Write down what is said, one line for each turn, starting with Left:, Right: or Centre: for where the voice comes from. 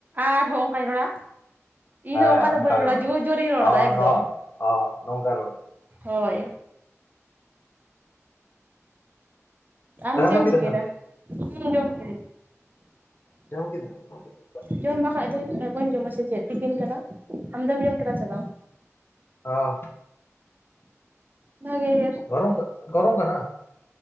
Right: ᱟᱨ ᱦᱚᱸ ᱚᱝᱠᱟᱧ ᱨᱚᱲᱟᱼᱼ ᱤᱧᱫᱚ ᱚᱝᱠᱟ
Left: ᱦᱮᱸ
Right: ᱫᱚ
Left: ᱚᱱᱠᱟ
Right: ᱵᱟᱹᱧ ᱨᱚᱲᱟ
Left: ᱜᱮ ᱨᱚᱲ
Right: ᱡᱳᱨ
Left: ᱢᱮ
Right: ᱡᱳᱨᱤᱧ ᱨᱚᱲᱫᱟ
Left: ᱚ
Right: ᱮᱠᱫᱚᱢ
Left: ᱱᱚ ᱚ ᱱᱚᱝᱠᱟ ᱨᱚᱲ ᱢᱮ
Right: ᱦᱳᱭ᱾ ᱟᱢ
Left: ᱫᱟᱠᱟᱢ
Right: ᱪᱮᱫ ᱮᱢ
Left: ᱡᱚᱢ ᱠᱮᱫᱟ
Right: ᱪᱤᱠᱟᱹᱭᱫᱟ
Left: ᱥᱮ ᱟᱹᱣᱨᱤ
Right: ᱤᱧ ᱡᱚᱢ ᱠᱤᱫᱟᱹᱧ᱾
Left: ᱡᱚᱢ ᱠᱮᱫᱟᱢ ᱵᱷᱟᱜᱮ ᱾
Right: ᱡᱚᱢ ᱵᱟᱠᱷᱟᱡ ᱫᱚᱧ ᱵᱟᱹᱧ ᱡᱚᱢᱟ ᱥᱮ ᱪᱮᱫ ᱛᱤᱠᱤᱱ ᱠᱟᱱᱟ ᱟᱢ ᱫᱚᱢ ᱡᱚᱢ ᱠᱤᱫᱟ ᱥᱮ ᱵᱟᱝ?
Left: ᱦᱚᱸᱻ
Right: ᱵᱷᱟᱜᱮ ᱜᱮ,
Left: ᱜᱚᱨᱚᱢ ᱠᱟᱱ ᱜᱚᱨᱚᱢ ᱠᱟᱱᱟ?